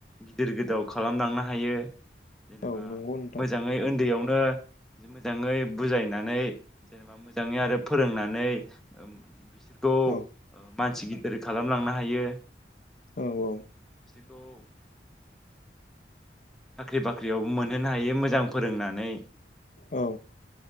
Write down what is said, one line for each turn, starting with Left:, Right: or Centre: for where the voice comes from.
Centre: गिदिर गोदाव खालामलांनो हायो जेनेबा
Left: औ नंगौ नोंथां
Centre: मोजाङै उन्दैयाव बो जि मोजाङै बुनानै जेनेबा मोजाङै आरो फोरोंनानै ओम बिस सोरखौ ओ
Left: औ
Centre: मानसि गिदिर खालामलांनो हायो
Left: औ औ
Centre: थ' साख्रि बाख्रियावबो मोनहोनो हायो मोजां फोरोंनानै
Left: औ